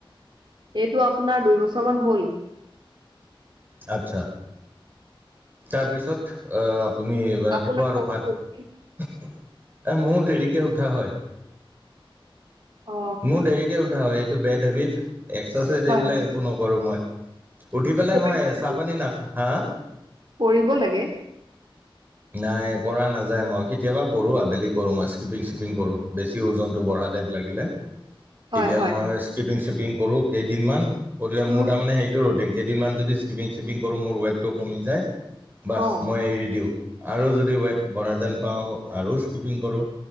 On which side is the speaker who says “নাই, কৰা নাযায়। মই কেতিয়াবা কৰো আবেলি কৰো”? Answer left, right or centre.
Right